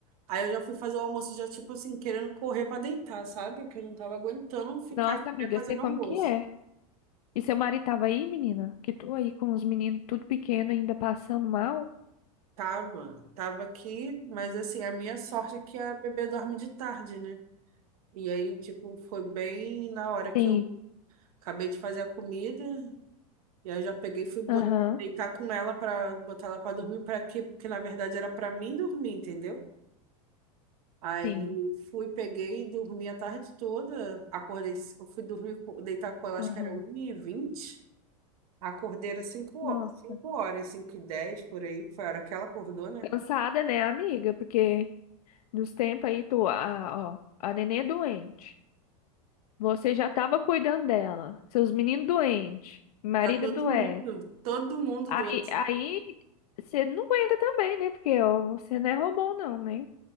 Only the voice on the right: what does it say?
Aí eu já fui fazer o almoço, já, tipo assim, querendo correr pra deitar, sabe? Porque eu não tava aguentando ficar
em
pé fazendo
almoço.
Tava, tava aqui, mas assim, a minha sorte é que a bebê dorme de tarde, né? E aí, tipo, foi bem na hora que
eu acabei de fazer a comida, e aí eu já peguei e fui bot-
deitar com ela pra botar ela pra dormir, pra quê? Porque na verdade era pra mim dormir, entendeu? Aí
fui, peguei e dormi a tarde toda, acordei, c- eu fui dormir, co- deitar com ela,
acho que era 1 e vinte Acordei era cinco horas,
cinco horas, 5 e 10 por aí, foi a hora que ela acordou, né?
Tá todo
mundo, todo mundo
doente.